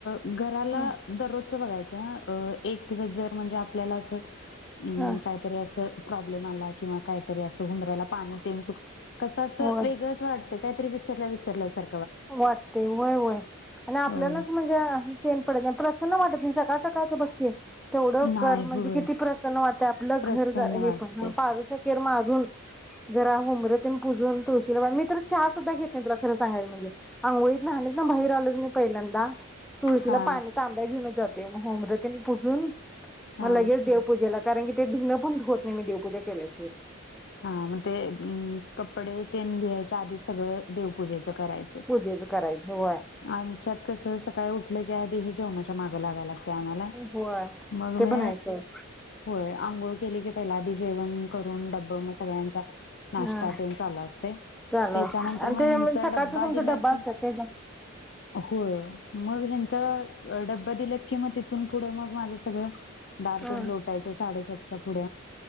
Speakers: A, on the left (about 55°); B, in the centre.
A: घराला
B: ह
A: दररोजचं बघायचं हा अ एका दिवस जर म्हणजे आपल्याला <unintelligible> हम्म
B: ह
A: काहीतरी असं प्रॉब्लेम आला किंवा काहीतरी असं हुंबऱ्याला पाणी तेन चुक कसं असं
B: होय
A: वेगळंच वाटतंय काहीतरी विसरल्या विसरल्या सार
B: वाटतंय व्हय व्हय आणि आपल्यालाच
A: होय
B: म्हणजे अस चैन पडत नाही असं नाही वाटतं सका बग की तेवढ
A: नाही
B: कर म्हणजे
A: होय
B: किती प्रसन्न वाटतं आपलं
A: प्रसन्न
B: घर हे
A: वाटते
B: पण पारुस मारून जरा हुंब ते पुजून तळशीला पाणी मी तर चहा सुद्धा घेत नाही तुला खरं सांगाय म्हणजे आंघोळीत न्हणीतंन बाहेर आलं कणी पहिल्यांदा तुळशीला
A: हा
B: पाणी तांब्या घेऊनच जात ते म हुंबर तेन पूजून
A: हा.
B: म लगेच देवपूजेला कारण की ते धुनं पण धुवत नाही मी देवपूजा केल्याशिवाय
A: हा म ते कपडे तेन धुवायच्या आधी सगळं देवपूजेच करायचं
B: पूजेचं करायचं होय.
A: आमच्यात कस सकाळी उठलं की आधी हे जेवणाच्या माग लागायला लागतंय आम्हाला
B: होय
A: मग
B: ते
A: मी
B: पण आहे सोड
A: होय आंघोळ केलं की पहिला आदी जेवण करून डब्बा म सगळ्यांचा नाष्टा
B: हा
A: तेन चालु असतंय
B: चालू
A: त्याच्यानंतर
B: असतय आणि
A: मग
B: ते
A: ह्यांचा
B: सकाळच
A: डब्बा
B: तुमचा
A: दिला
B: डब्बा
A: की
B: असत्यात त्याच्यात
A: होय मग ह्यांचा डब्बा दिलात कि मग तिथून पुढं मग माझं सगळं दार
B: हा
A: तेन लोटायचं साडेसात च्या पुढ